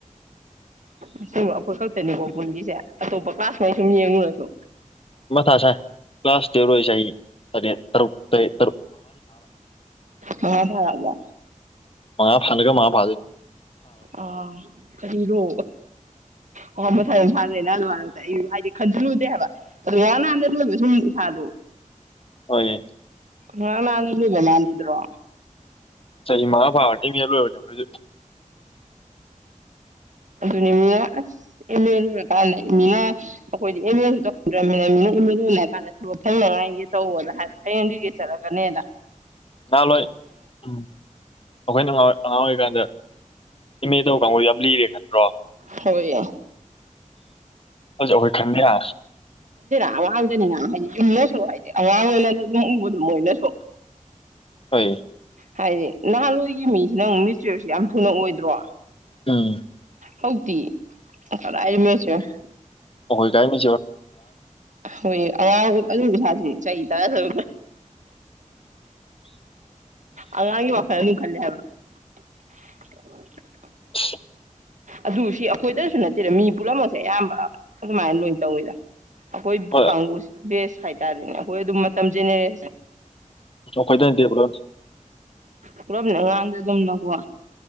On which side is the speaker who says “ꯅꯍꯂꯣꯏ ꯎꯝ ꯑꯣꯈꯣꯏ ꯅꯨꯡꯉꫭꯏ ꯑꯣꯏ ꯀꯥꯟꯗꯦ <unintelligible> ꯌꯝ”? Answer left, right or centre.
Left